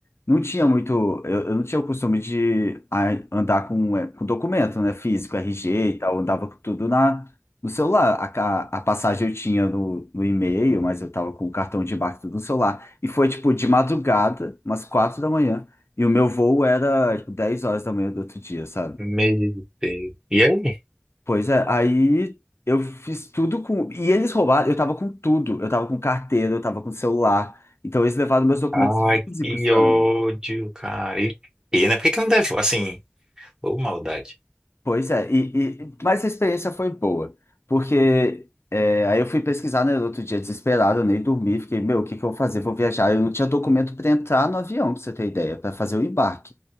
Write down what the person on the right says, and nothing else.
Meu Deus. E aí?
Ai,
que
ódio, cara. E, e né? Por que que não deve? Assim, ô maldade.